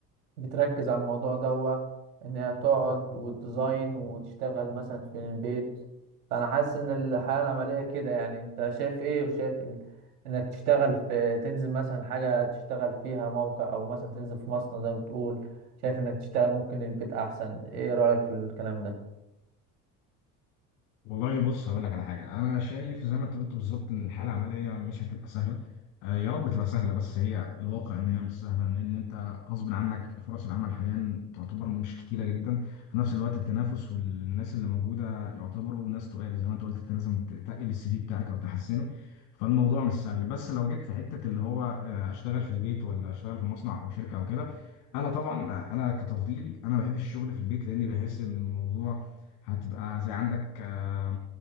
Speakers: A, on the right (about 75°); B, on the left (about 65°).
A: بتركز على الموضوع دوا انها تقعد وتديزاين وتشتغل مثلا في البيت فانا حاسس ان الحياة العملية كده يعني انت شايف ايه وشايف ال... انك تشتغل في تنزل مثلا حاجة تشتغل فيها موقع او مثلا تنزل في مصنع زي ما بتقول شايف انك تشتغل ممكن البيت احسن ايه رأيك في الكلام ده
B: والله بص هقول لك على حاجه انا شايف زي ما انت قلت بالظبط ان الحاله العمليه مش هتبقى سهله آه، يا رب تبقى سهله بس هي الواقع ان هي مش سهله لان انت غصب عنك فرص العمل حاليا تعتبر مش كتيره جدا في نفس الوقت التنافس والناس اللي موجوده يعتبروا ناس تقال زي ما انت قلت انت لازم تقل السي في بتاعك او تحسنه فالموضوع مش سهل بس لو جيت في حته اللي هو آه، اشتغل في البيت ولا اشتغل في مصنع او شركه او كده انا طبعا آه، انا كتفضيلي انا بحب الشغل في البيت لان بحس ان الموضوع هتبقى زي عندك آه،